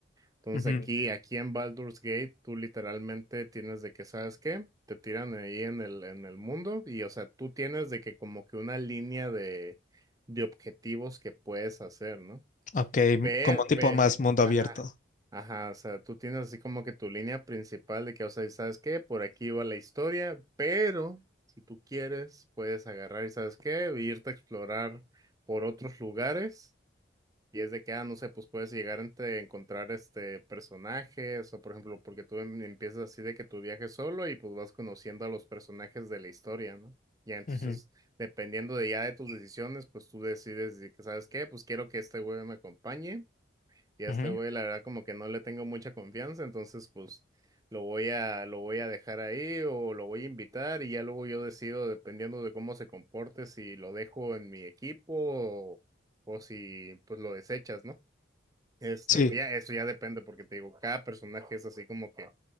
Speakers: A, on the right (about 20°); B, on the left (about 40°).
A: Entonces
B: Ujú.
A: aquí, aquí en Baldur's Gate, tú literalmente tienes de que, ¿sabes qué? Te tiran ahí en el, en el mundo y, o sea, tú tienes de que como que una línea de, de objetivos que puedes hacer, ¿no?
B: Ok, m-
A: Pero,
B: como tipo
A: pero,
B: más mundo
A: ajá,
B: abierto.
A: ajá, o sea, tú tienes así como que tu línea principal de que, o sea, ¿sabes qué? Por aquí va la historia, pero si tú quieres, puedes agarrar y, ¿sabes qué? Irte a explorar por otros lugares. Y es de que, ah, no sé, pues puedes llegar a encontrar este personajes, o por ejemplo, porque tú em- empiezas así de que tu viaje solo y pues vas conociendo a los personajes de la historia, ¿no? Ya entonces,
B: Ujú,
A: dependiendo de ya de tus decisiones, pues tú decides de que, ¿sabes qué? Pues quiero que este güey me acompañe y a
B: ujú.
A: este güey, la verdad, como que no le tengo mucha confianza, entonces pues lo voy a, lo voy a dejar ahí o lo voy a invitar y ya luego yo decido, dependiendo de cómo se comporte, si lo dejo en mi equipo o, o si pues lo desechas, ¿no? Este,
B: Sí.
A: pues ya, eso ya depende, porque te digo, cada personaje es así como que